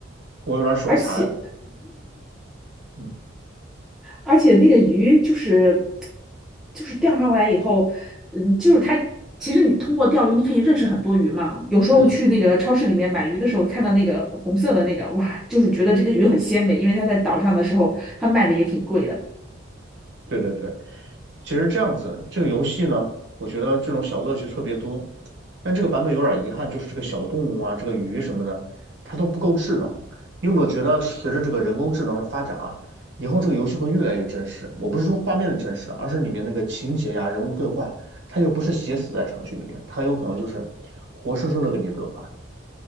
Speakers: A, on the right; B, in the centre.
A: 我有点儿手残。
B: 而且
A: 嗯
B: 而且那个鱼就是就是钓上来以后，嗯，就是它。其实你通过钓鱼，你可以认识很多鱼嘛。有时候去那个超市里面买鱼的时候，
A: 嗯。
B: 看到那个红色的那个，哇，就是觉得这个鱼很鲜美，因为它在岛上的时候，它卖的也挺贵的。
A: 对对对，其实这样子，这个游戏呢，我觉得这种小乐趣特别多，但这个版本有点遗憾，就是这个小动物啊，这个鱼什么的，它都不够智能。你有没有觉得随着这个人工智能的发展啊，以后这个游戏会越来越真实？我不是说画面的真实啊而是里面那个情节呀、人物对话，它就不是写死在程序里面，它有可能就是活生生的跟你对话。